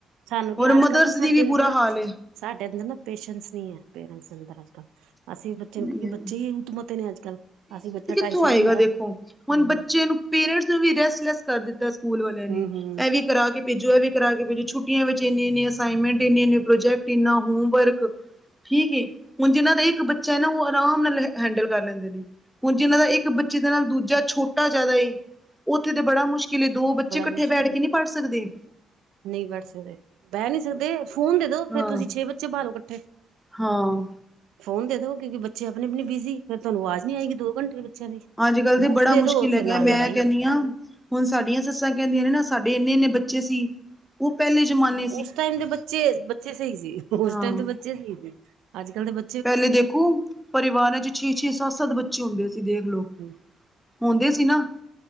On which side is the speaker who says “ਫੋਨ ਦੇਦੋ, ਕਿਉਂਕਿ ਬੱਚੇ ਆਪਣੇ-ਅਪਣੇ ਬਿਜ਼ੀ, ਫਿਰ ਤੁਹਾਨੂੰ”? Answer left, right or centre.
Right